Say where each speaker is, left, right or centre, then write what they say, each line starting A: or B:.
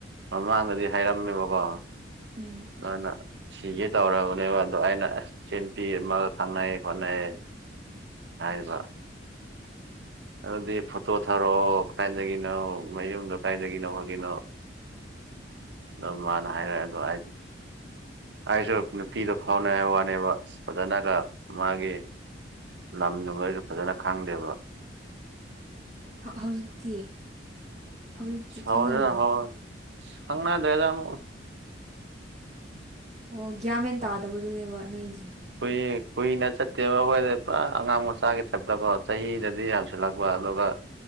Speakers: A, on the right; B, on the right.
A: ꯃꯃꯥꯡꯗꯗꯤ ꯍꯥꯏꯔꯝꯃꯦꯕꯀꯣ
B: ꯎꯝ
A: ꯑꯗꯨꯅ ꯁꯤꯒ ꯇꯧꯔꯕꯅꯦꯕ ꯑꯗꯣ ꯑꯩꯅ ꯑꯁ ꯁꯤꯦꯟ ꯄꯤ ꯑꯃꯒ ꯈꯪꯅꯩꯌꯦ ꯈꯣꯠꯅꯩꯦ ꯏꯖ ꯑꯗꯨꯗꯤ ꯐꯣꯇꯣ ꯊꯥꯔꯛꯑꯣ ꯀꯗꯥꯥꯏꯏꯗꯒꯤꯅꯣ ꯃꯌꯨꯝꯗꯣ ꯀꯗꯥꯥꯏꯗꯒꯤꯅꯣ ꯍꯥꯏꯒꯤꯅꯣ ꯑꯗꯨ ꯃꯥꯅ ꯍꯥꯏꯔꯛꯑꯦ ꯑꯗꯣ ꯑꯩꯗꯤ ꯑꯩꯁꯨ ꯅꯨꯄꯤꯗꯣ ꯐꯥꯎꯅꯉꯥꯏ ꯋꯥꯅꯦꯕ ꯐꯖꯅꯒ ꯃꯥꯒꯤ ꯂꯝꯗꯨ ꯃꯣꯏꯁꯨ ꯐꯖꯅ ꯈꯪꯗꯦꯕ
B: ꯍꯧꯖꯤꯛꯇꯤ ꯍꯧꯖꯤꯛꯇꯤ
A: ꯍꯗ
B: ꯈꯪꯅꯔꯤꯕꯣ
A: ꯍ ꯍꯪꯅ ꯍꯥꯏꯗ꯭ꯔꯦꯗꯅ
B: ꯑꯣ ꯒ꯭ꯌꯥꯃꯦꯟ ꯇꯥꯗꯕꯗꯨꯅꯦꯕ ꯅꯣꯏꯁꯦ
A: ꯀꯨꯏ ꯀꯨꯏꯅ ꯆꯠꯇꯦꯕ ꯑꯩꯈꯣꯏꯗꯤ ꯄꯨꯔꯥ ꯑꯉꯥꯡ ꯃꯆꯥꯒꯤ ꯇꯞꯇꯀꯣ ꯆꯍꯤꯗꯗꯤ ꯌꯥꯝꯁꯤꯜꯂꯛꯄ ꯑꯗꯣ ꯇꯕ